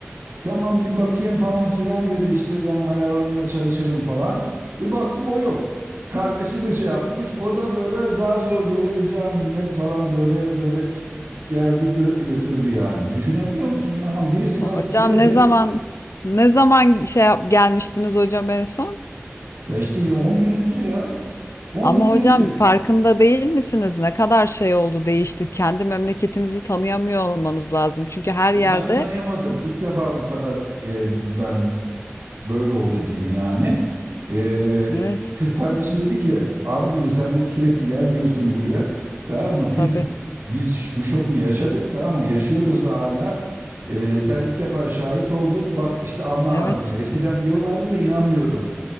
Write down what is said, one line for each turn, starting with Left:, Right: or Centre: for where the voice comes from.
Right: Tamam bir bakayım falan filan dedi işte ben ayarlamaya çalışırım falan. Bir baktım o yok. Kardeşini şey yapmış o da böyle zar zor böyle rica minnet falan böyle böyle geldi gö- götürdü yani. Düşünebiliyor musun ya lan birisi kalkıp
Left: O- Hocam
Right: gelecek.
Left: ne zaman ne zaman şey yap, gelmiştiniz hocam en son?
Right: Ya işte 10 gün önce ya 10
Left: Ama
Right: gün önce.
Left: hocam farkında değil misiniz? Ne kadar şey oldu, değişti. Kendi memleketinizi tanıyamıyor olmanız lazım. Çünkü her
Right: Onları
Left: yerde
Right: tanıyamadım. İlk defa bu kadar e, ben böyle oldu diyeyim yani. E,
Left: evet,
Right: kız kardeşim dedi ki abi dedi sen dedi sürekli gelmiyorsun buraya. Tamam mı?
Left: tabii.
Right: Biz biz ş- bu şoku yaşadık tamam mı? Yaşıyoruz da hala. E, sen ilk defa şahit oldun. Bak işte anla
Left: Evet.
Right: halimize. Eskiden diyorlardı da inanmıyordum.